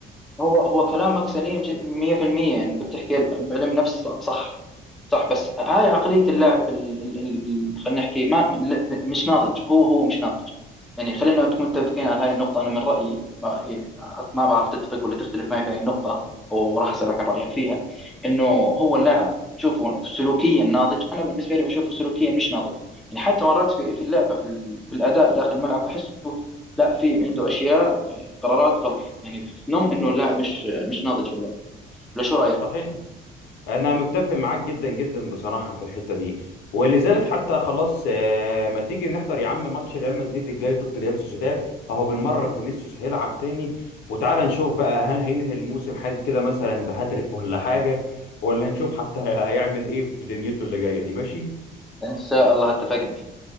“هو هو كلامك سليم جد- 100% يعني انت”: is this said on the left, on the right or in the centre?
Centre